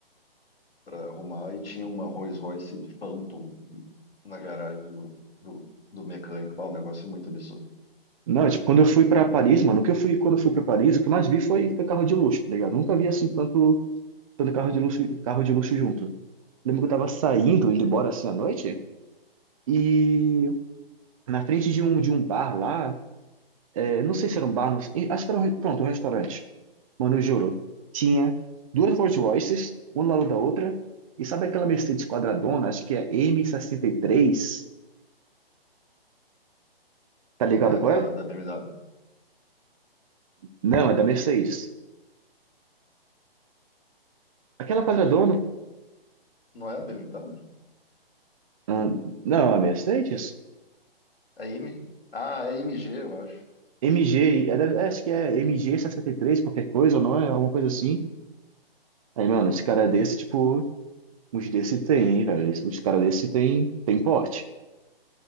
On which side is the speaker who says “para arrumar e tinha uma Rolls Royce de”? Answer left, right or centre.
Left